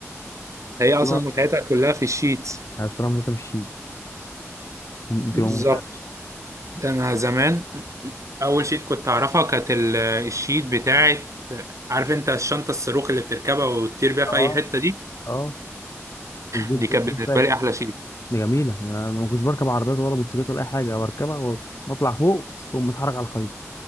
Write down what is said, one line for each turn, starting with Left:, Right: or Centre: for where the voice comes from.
Right: هي اصلا
Left: والله
Right: متعتها كلها في الشيت
Left: عرفت اعمل في الشيت بتبقى
Right: بالظبط
Left: ممتعة
Right: ده انا زمان اول شيت كنت اعرفها كانت ال- الشيت بتاعت عارف انت الشنطه الصاروخ اللي بتركبها وتطير بيها في
Left: اه
Right: اي حته دي
Left: اه الجيت
Right: دي كانت
Left: الجيت
Right: بالنسبه
Left: باك
Right: لي احلى شيء
Left: دي جميله انا أنا ما كنتش بركب عربيات ولا موتوسيكلات ولا اي حاجه او اركبها واطلع فوق واقوم متحرك على الخريطه